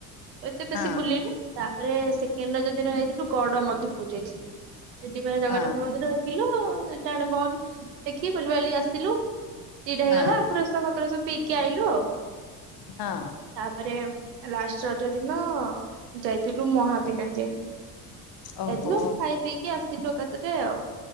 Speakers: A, on the right (about 85°); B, on the left (about 45°).
A: ଆଉ ଏତେ ବେଶୀ
B: ହଁ
A: ବୁଲିନୁ ତାପରେ ସେକେଣ୍ଡ ରଜ ଦିନ ଯାଇଥିଲୁ ଗଡ ପୁର ଯାଇଥିଲୁ ସେଠି ଫେରେ ଜଗନ୍ନାଥ
B: ହଁ
A: ମନ୍ଦିର। ଦେଖିଲୁ ଏଇଟା ଆଡ଼େ ବନ୍ଦ ଦେଖି ବୁଲିିବାଲି ଆସିଲୁ ଦିଟା ହେଇଗଲା
B: ହଁ
A: ଆଖୁରସ ଫା ଆଖୁ ରସ ପିକୀ ଆଇଲୁ ଆଉ।
B: ହଁ।
A: ତାପରେ ଲାଷ୍ଟ ରଜ ଦିନ ଯାଇଥିଲୁ ମହାବିନାୟକ ଯାଇଥିଲୁ।
B: ଓହୋ।
A: ଯାଇଥିଲୁ ଖାଇ ପିଇକି ଆସିଲୁ ଏକାଥରେ ଆଉ